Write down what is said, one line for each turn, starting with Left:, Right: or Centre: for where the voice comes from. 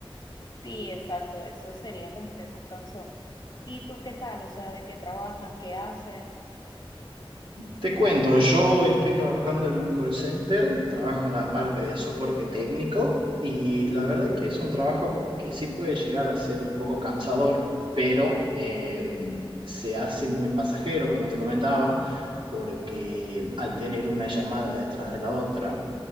Left: Sí, exacto, eso sería como que más cansón. ¿Y tú qué tal? O sea, ¿de qué trabajas? ¿Qué haces?
Right: Te cuento, yo estoy trabajando en un call center, trabajo en la parte de soporte técnico y la verdad que es un trabajo que sí puede llegar a ser un poco cansador, pero eh, se hace muy pasajero, como te comentaba, porque al tener una llamada detrás de la otra,